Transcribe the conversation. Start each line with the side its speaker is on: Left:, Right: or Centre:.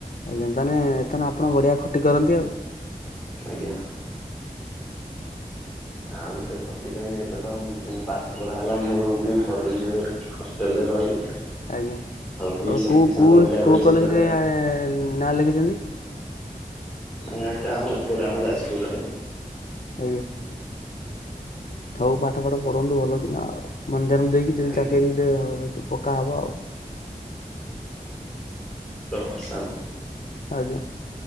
Left: ଆଜ୍ଞା ତାନେ ତୋନେ ଆପଣ ବଢିଆ ଖଟି କରନ୍ତି ଆଉ।
Centre: ଆଜ୍ଞା। ଆଉ ସେ ଖଟି କାହିଁ ଏବେ ତ ପାଠପଢ଼ା ହେଲା ମୁଁ ବି ପଳେଇବି ଏବେ ହଷ୍ଟେଲରେ ରହିବି।
Left: ଆଜ୍ଞା।
Centre: ବି
Left: ଆଉ
Centre: ସେମିତି
Left: କୋଉ
Centre: ସାଙ୍ଗ
Left: କୋଉ
Centre: ପିଲା
Left: ଟ
Centre: ଏବେ
Left: କୋଉ
Centre: ଯେ
Left: କଲେଜରେ
Centre: ଯୁଆଡେ
Left: ନାଁ ଲେଖିଛନ୍ତି?
Centre: ହଁଟା ଆମର ଏପଟ ଆମର ଯାଜପୁର ଆଡ଼େ।
Left: ଆଜ୍ଞା। ହଉ ପାଠ ପାଠ ପଢନ୍ତୁ ଭଲ କି ନା ମନ୍ାନ ଦେଇକି ଯେମତି
Centre: ଆଜ୍ଞା
Left: ଚାକିରିରେ ପକା ହବ ଆଉ।
Centre: ଆସ
Left: ଆଜ୍ଞା।